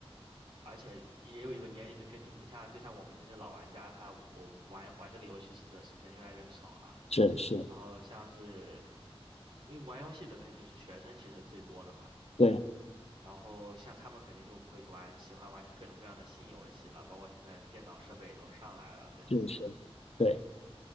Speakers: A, on the right; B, on the left.
A: 而且也有一个年龄的更替，你像就像我们这些老玩家，他我玩玩这个游戏的时间越来越少了，
B: 是是，
A: 然后像是因为玩游戏的肯定就是学生其实最多的嘛，
B: 对，
A: 然后像他们肯定就会去玩喜欢玩各种各样的新游戏了，包括现在电脑设备也都上来了等级，
B: 是是，对，